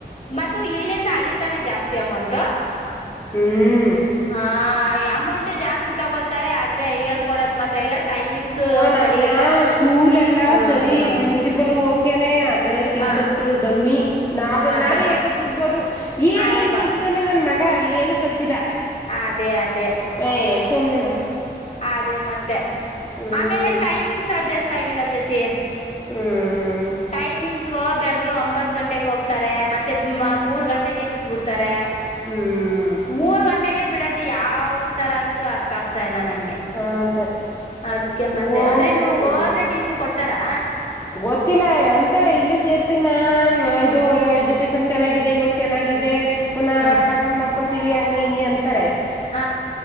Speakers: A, on the left; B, on the left.
A: ಮತ್ತು ಇಲ್ಲಿಂದ ಅಲ್ಲಿ ತಾನೆ ಜಾಸ್ತಿ ಅಮೌಂಟ್
B: ಹ್ಮ್
A: ಹಾ ಅಮೌಂಟ್ ಜಾಸ್ತಿ ತಗೊಳ್ತಾರೆ ಆದ್ರೆ ಹೇಳ್ಕೊಡದ್ ಮಾತ್ರ ಇಲ್ಲ ಟೈಮಿಂಗ್ಸ್
B: ನನ್ಗೆ
A: ಸರಿ ಇಲ್ಲ
B: ಸ್ಕೂಲ್ ಎಲ್ಲಾ
A: ಹ್ಮ್
B: ಸರಿ
A: ಹ್ಮ್
B: ಪ್ರಿನ್ಸಿಪಲ್ ಓಕೇನೆ ಆದ್ರೆ ಟೀಚರ್ಸ್
A: ಹ
B: ಗಳು ಡಮ್ಮಿ ನಾವೇ
A: ಅಡ್ಡ
B: ನಾವೇ ಹೇಳ್ಕೊಟ್ಟ ಬಿಡ್ಬಹುದು ಏನ್
A: ಅಲ್ವಾ
B: ಏನ್ ಕಲ್ತಿದ್ದಾನೆ ನನ್ ಮಗ ಏನು ಕಲ್ತಿಲ್ಲಾ
A: ಅದೇ ಅದೇ
B: ಏ ಸುಮನಿರು
A: ಅದೇ ಮತ್ತೆ
B: ಹ್ಮ್
A: ಆಮೇಲೆ ಟೈಮಿಂಗ್ಸ್ ಅಡ್ಜಸ್ಟ್ ಆಗಿಲ್ಲ ಜ್ಯೋತಿ
B: ಹ್ಮ ಹ್ಮ್
A: ಟೈಮಿಂಗ್ ಬೆಳಿಗ್ಗೆ ಒಂಬತ್ ಗಂಟೆಗೆ ಹೋಗ್ತಾರೆ ಮತ್ತೆ ಮೂರ್ ಗಂಟೆಗೆ ಬಿಟ್ಬಿಡ್ತಾರೆ
B: ಹ್ಮ್ ಹ್ಮ್
A: ಮೂರ್ ಗಂಟೆಗೆ ಬಿಡದು ಯಾವ್ ತರ ಅನ್ನೋದು ಅರ್ಥ ಆಗ್ತಾ ಇಲ್ಲ ನನ್ಗೆ
B: ಅದೇ
A: ಅದಕ್ಕೆ ಮತ್ತೆ
B: ಓ
A: ಆದ್ರೆ ನೀ
B: ಹ್ಮ್
A: ಹೋದ್ರೆ ಟಿ ಸಿ ಕೊಡ್ತಾರಾ
B: ಗೊತ್ತಿಲ್ಲ ಅಂತಾರೆ ಇಲ್ಲಿ ಸೇರ್ಸಿ ಮ್ಯಾಮ್ ಇದು ಎಜುಕೇಶನ್ ಚೆನ್ನಾಗಿದೆ ಇವಾಗ ಚೆನ್ನಗ್ ಇದೆ ಪುನಃ
A: ಹ
B: ಕಡಿಮೆ ಮಾಡಕೋವಿ ಹಂಗೆ ಇಂಗೆ ಅಂತಾರೆ
A: ಹ